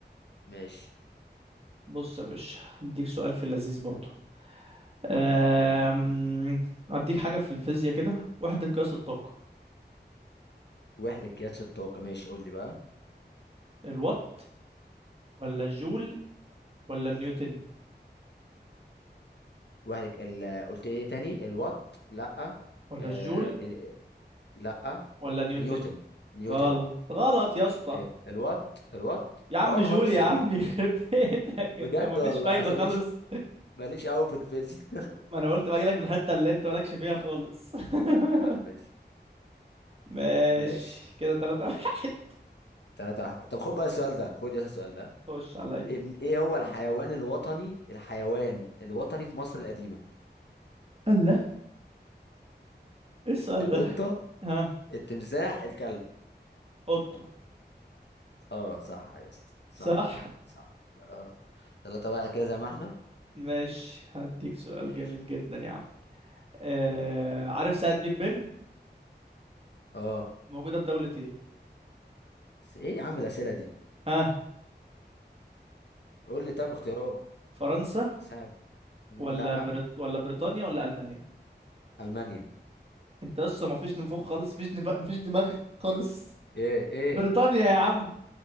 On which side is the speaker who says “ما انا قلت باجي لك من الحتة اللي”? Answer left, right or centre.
Right